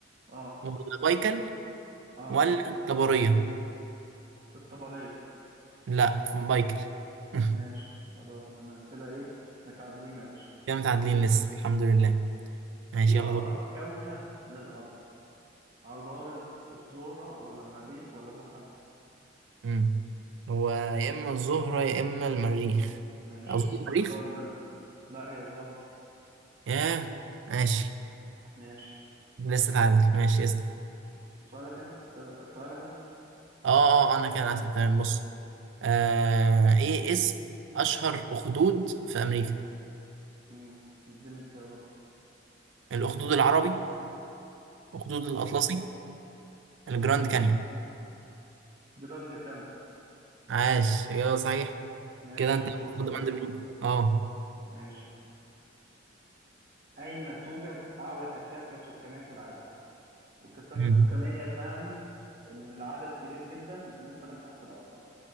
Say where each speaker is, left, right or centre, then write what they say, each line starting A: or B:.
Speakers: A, on the right; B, on the right.
A: اه
B: ولا بايكل
A: اه
B: ولا طبرية
A: الطبرية
B: لا بايكل <laughs>
A: ماشي خلاص تمام كده ايه متعادلين يا باشا
B: كده متعادلين لسه الحمد لله ماشي
A: ايه
B: يلا
A: اقرب
B: دور
A: كوكب للارض عطارد الزهرة ولا المريخ ولا زحل
B: مم. هو يا اما الزهرة يا اما المريخ
A: ماشي
B: اظن المريخ
A: اختار بين لا هي الزهرة
B: ياه ماشي
A: ماشي
B: لسه تعادل ماشي اسال
A: سؤالك انت آه، سؤالك انت
B: اه اه آه، انا كده اسال تمام بص آه ايه اسم اشهر اخدود في امريكا
A: امم اديني اختيارات
B: الاخدود العربي أخدود الأطلسي
A: و-
B: الجراند كانيون
A: جراند كانون
B: عاش يا صحيح
A: ماشي
B: كده
A: فرق
B: أنت خد
A: نقطة ليا
B: من بنقطة أه
A: ماشي اين توجد اعلى كثافة سكانية في العالم والكثافة
B: مم.
A: السكانية تعني ان العدد كبير جدا بالنسبة لمساحة الارض